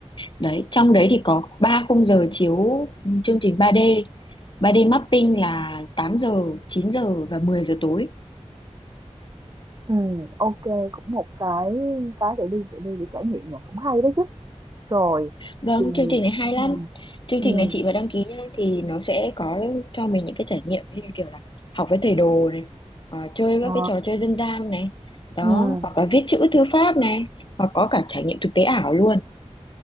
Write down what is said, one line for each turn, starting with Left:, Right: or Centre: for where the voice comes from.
Left: Đấy, trong đấy thì có 3 khung giờ chiếu chương trình 3D. 3D mapping là 8 giờ, 9 giờ và 10 giờ tối.
Right: ừ ok cũng một cái cái để đi để đi để trải nghiệm nhỉ, cũng hay đấy chứ. Rồi,
Left: Vâng,
Right: thì
Left: chương trình này hay lắm.
Right: ừm,
Left: Chương
Right: ừm,
Left: trình này chị mà đăng ký nhá thì nó sẽ có cho mình những cái trải nghiệm như kiểu là học với thầy đồ này, ờ, chơi
Right: ờ,
Left: các cái trò chơi dân gian này, đó,
Right: ừm,
Left: hoặc là viết chữ thư pháp này, hoặc có cả trải nghiệm thực tế ảo luôn.